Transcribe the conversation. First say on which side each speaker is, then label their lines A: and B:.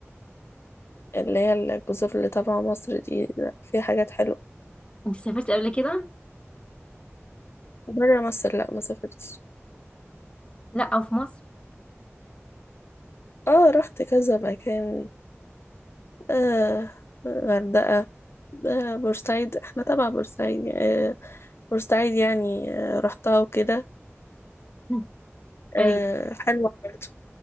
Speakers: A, on the left; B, on the left.
A: اللي هي الجزر اللي تبع مصر دي لأ، فيها حاجات حلوة
B: انت سافرتي قبل كده
A: برا مصر لأ ما سافرتش
B: لا او في مصر
A: اه رحت كذا مكان آه غردقة آه بورسعيد احنا تبع بورسعيد يعني. آه بورسعيد يعني آه رحتها وكده
B: مم.
A: آه
B: ايوه
A: حلوة برضه